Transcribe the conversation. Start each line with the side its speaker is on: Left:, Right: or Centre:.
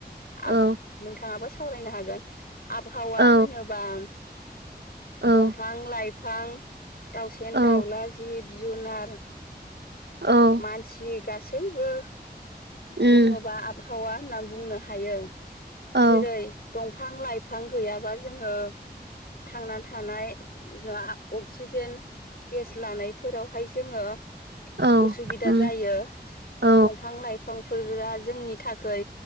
Left: आब
Right: औ
Left: नोंथाङाबो सावरायनो हागोन आबहावा
Right: औ
Left: होनोबा उम
Right: औ
Left: दंफां लाइफ फां दाउसेेन
Right: औ
Left: दाउला जिब जुनार
Right: औ
Left: मानसि गासैबो
Right: उम
Left: बुङोबा आब हावा होनना बुंनो हायो।
Right: औ
Left: जेरै दंफां लाइफां गैयाबा जोङो थांना थानाय जा अक्सिजेन गेस लानायफोरावहाय जोङो
Right: औ
Left: उसुबिदा
Right: उम
Left: जायो
Right: औ
Left: दंफां लाइफ फोरा जोंनि थाखै